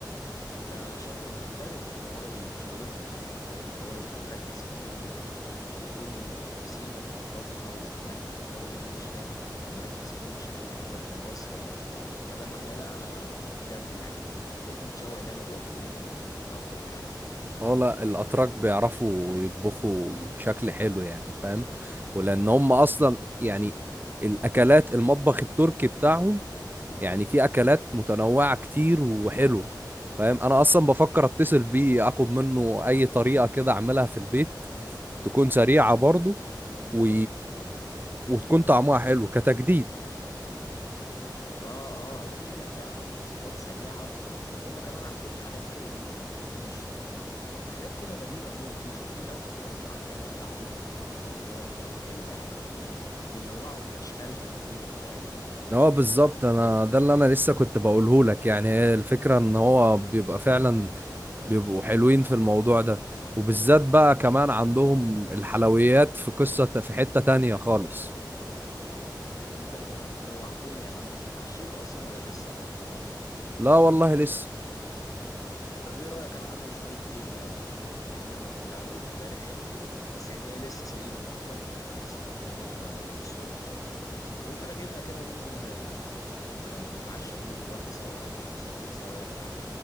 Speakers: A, on the left; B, on the right.
A: ده شكله محترف في حوار الشاورما ده يعني فاهم ان هو يبقى مركز في كل في كل تفصيلة في الطبخة وكمان في حوار العيش ده هو مركز فيه مش اي حاجة وخلاص ف... فده معناه لا انا بجد يعني بقيت متشوق ان انا ادوقها منه في مرة يعني
B: هو لا الاتراك بيعرفوا يطبخوا بشكل حلو يعني فاهم ولان هم اصلا يعني الاكلات المطبخ التركي بتاعهم يعني في اكلات متنوعه كتير وحلوه فاهم انا اصلا بفكر اتصل بيه اخد منه اي طريقه كده اعملها في البيت تكون سريعة برضو و... وتكون طعمها حلو كتجديد
A: اه اه اكيد هتلاقي عنده وصفات سريعه وهم كمان عندهم حاجات كده زي المناقيش و... وحاجات كده غريبه هم هم شاطرين قوي في حوار المعجنات ده عموما بيعرفوا يعملوها بطريقه حلوه يعني وبينوعوا في اشكالها كتير فاهم
B: هو بالظبط انا ده اللي انا لسه كنت بقوله لك يعني هي الفكرة ان هو بيبقى فعلا بيبقوا حلوين في الموضوع ده وبالذات بقى كمان عندهم الحلويات في قصة في حتة تانية خالص
A: انت انت جوعتني يا عم انت اتعشيت اصلا ولا لسه لحد دلوقتي
B: لا والله لسه
A: طب ايه رايك انا عندي شويه كيكه كنت عاملهم كده اول امبارح بس يعني هي لسه سليمه والله فاهم انا لسه فطران منها الصبح يعني ممكن اجيبها كده وننزل ن- ن- نتعشى بيها دلوقتي سوا اكسب فيك ثواب يعني